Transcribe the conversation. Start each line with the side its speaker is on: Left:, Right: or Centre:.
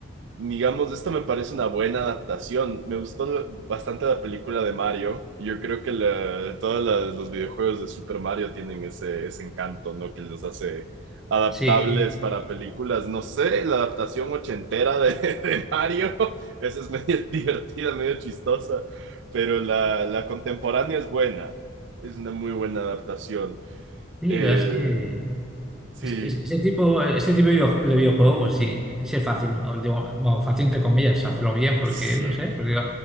Right: digamos, esto me parece una buena adaptación. Me gustó lo- bastante la película de Mario. Yo creo que la- todos la- los videojuegos de Super Mario tienen ese, ese encanto, ¿no? Que los hace adaptables
Centre: Sí,
Right: para películas. No sé, la adaptación ochentera de, <laughs> de Mario, esa es medio <laughs> divertida, medio chistosa, pero la, la contemporánea es buena. Es una muy buena adaptación.
Centre: sí,
Right: Eh,
Centre: la verdad es que
Right: sí,
Centre: Ese, ese- ese tipo, ese tipo de videoju- de videojuego, pues sí, sí es fácil. o Digo, bueno, fácil entre comillas, hacerlo bien, porque
Right: Sí.
Centre: no sé, pues digo,